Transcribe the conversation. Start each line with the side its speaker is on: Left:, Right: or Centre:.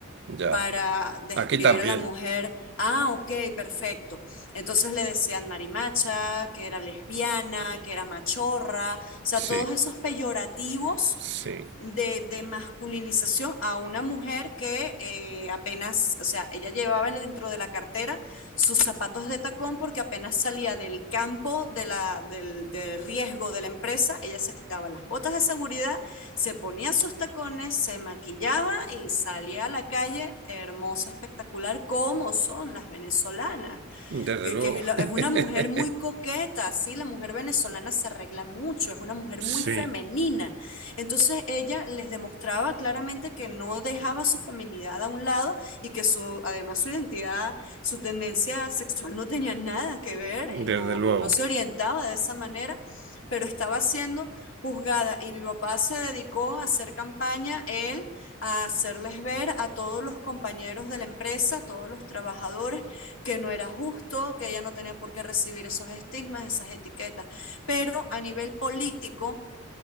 Right: ya.
Left: para describir
Right: Aquí también.
Left: a la mujer. Ah, ok, perfecto. Entonces le decían marimacha, que era lesbiana, que era machorra, o sea,
Right: Sí,
Left: todos esos peyorativos
Right: sí.
Left: de, de masculinización a una mujer que eh, apenas, o sea, ella llevaba dentro de la cartera sus zapatos de tacón porque apenas salía del campo de la, del, del riesgo de la empresa, ella se quitaba las botas de seguridad se ponía sus tacones, se maquillaba y salía a la calle hermosa, espectacular, como son las venezolanas
Right: Desde
Left: que,
Right: luego.
Left: que es, la- es
Right: <laughs>
Left: una mujer muy coqueta, sí, la mujer venezolana se arregla mucho, es una mujer
Right: Sí,
Left: muy femenina. Entonces ella les demostraba claramente que no dejaba su feminidad a un lado y que su, además su identidad, su tendencia sexual no tenía nada que ver
Right: desde
Left: y no,
Right: luego.
Left: y no se orientaba de esa manera, pero estaba siendo juzgada y mi papá se dedicó a hacer campaña, él, a hacerles ver a todos los compañeros de la empresa, a todos los trabajadores que no era justo, que ella no tenía por qué recibir esos estigmas, esas etiquetas. Pero a nivel político,